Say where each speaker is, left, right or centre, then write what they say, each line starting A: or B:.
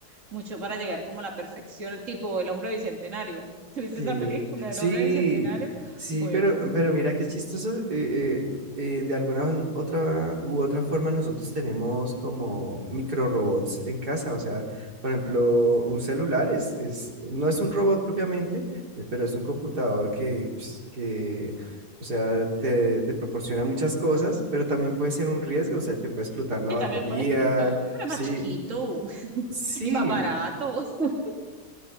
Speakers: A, on the right (about 50°); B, on the right (about 85°).
A: mucho para llegar como a la perfección, tipo el hombre bicentenario. <laughs> ¿Te viste
B: Sí,
A: esa película
B: sí,
A: del hombre bicentenario?
B: sí,
A: Bueno,
B: pero, pero mira qué chistoso. eh, eh, eh, de alguna un- otra u otra forma nosotros tenemos como micro robots en casa. O sea, por ejemplo, un celular es, es, no es un robot propiamente, eh, pero es un computador que, pues, que o sea, te, te proporciona muchas cosas, pero también puede ser un riesgo. O sea, te puede explotar la
A: sí,
B: batería.
A: también puede explotar, pero es
B: Sí,
A: más chiquito <laughs>
B: sí.
A: y más barato. <laughs>